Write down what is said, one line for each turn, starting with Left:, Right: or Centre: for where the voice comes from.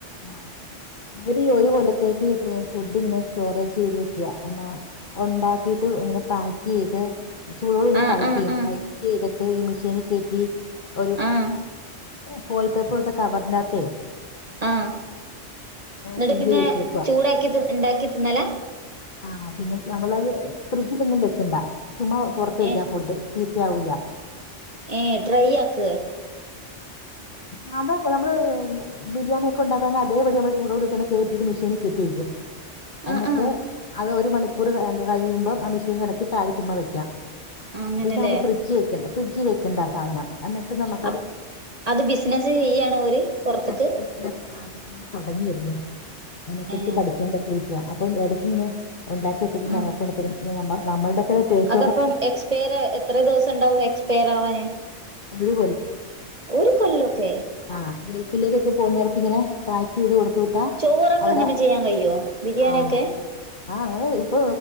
Left: <unintelligible> ഒരു കൊല്ല തെക്ക്.. ഫുഡ് ഇങ്ങനെ സ്റ്റോറേജ് ചെയ്ത് വെക്കുക എന്ന ഉണ്ടാക്കിട്ട് ഇങ്ങനെ പാക്ക് ചെയ്ത്.. ചൂടോട് കൂടി
Right: ആഹ്
Left: പക്ക്
Right: ആഹ്
Left: ചെയ്യും
Right: ആഹ്
Left: പാക്ക് ചെയ്തിട്ട് ഈ മിഷീനിൽ കയറ്റി. ഒരു
Right: ആഹ് ആഹ്
Left: ഫോൾ പേപ്പറോലത്തെ കവറിന്റെകാത്ത്.
Right: ആഹ് എന്നിട്ട്
Left: സീൽ
Right: പിന്നെ
Left: ചെയ്ത് വെച്ചേക്കുവാ
Right: ചൂടാക്കി ഇണ്ടാക്കി തിന്നാലാ
Left: ആ പിന്നെ നമ്മളത് ഫ്രിഡ്ജിലൊന്നും വെക്കണ്ട ചുമ പുറത്ത് വെക്കാ
Right: ഏഹ്
Left: ഫുഡ്.. ചിത്ത യാവൂല.
Right: ഏഹ് ഡ്രൈ ആക്ക
Left: ആ അത പം നമ്മള്.. ബിരിയാണി ഒക്കെ ഉണ്ടാക്കാ അതേപാടി നമ്മൾ ചൂടോട് തന്നെ കേറ്റിട്ട് മിഷീനിൽ കെട്ടിവെക്കും. എന്നിട്ട്
Right: ആഹ് ആഹ്
Left: അത് ഒരു മണിക്കൂർ കഴിയുമ്പം ആ മിഷീൻ ഇറക്കി താഴെ ചുമ്മാ വെക്കാ
Right: അങ്ങനെല്ലേ
Left: പിന്നെ നമുക്ക് ഫ്രിഡ്ജ് വെക്കണ്ടാ ഫ്രിഡ്ജ് വെക്കണ്ടാ ആ സാധനം എന്നിട്ട് നമ
Right: അ അത് ബിസിനസ്സ് ചെയ്യാണോ ഒര് പുറത്ത്ക്ക്.
Left: ബിസിനസ് ബിസിനസ് തുടങ്ങി വരുന്നു അതിനെ കുറിച്ച്
Right: ഏഹ്
Left: പഠിച്ചോണ്ടൊക്കെ ഇരിക്കാ. അപ്പം എടക്ക് ഇങ്ങനെ. ഉണ്ടാക്കി വെച്ചിട്ട്
Right: ആഹ്
Left: ഞങ്ങൾ കൊണ്ടന്ന് തരും നമ്മുടെക്കെ ടെസ്റ്റ്.
Right: അതപ്പം എക്സ്പയർ എത്ര ദിവസം ഉണ്ടാവും എക്സ്പയർ ആവാന്
Left: ഒരു
Right: ഒര് കൊല്ലോക്കെ.
Left: ആഹ് ഗൾഫിലേക്കൊക്കെ പോകുന്നവർക്ക് ഇങ്ങനെ.. പാക്ക് ചെയ്ത് കൊടുത്ത
Right: ചോറൊക്കെ
Left: അവിടെ
Right: അങ്ങനെ ചെയ്യാൻ കഴിയോ ബിരിയാണിയൊക്കെ
Left: ആഹ. ആഹ് അങ്ങനെ ഇപ്പ